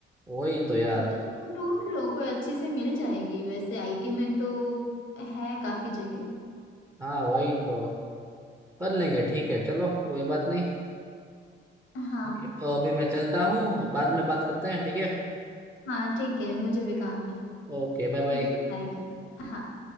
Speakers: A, on the right; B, on the left.
A: वही तो यार
B: तुम ढूंढ लो कोई अच्छी से मिल जाएगी वैसे आईटी में तो है काफी जगह
A: हाँ वही तो कर लेंगे ठीक है चलो कोई बात नहीं
B: हाँ
A: ठीक है। तो अभी मैं चलता हूँ बाद में बात करते हैं ठीक है
B: हाँ ठीक है मुझे भी काम है
A: Okay bye bye
B: Okay bye bye हाँ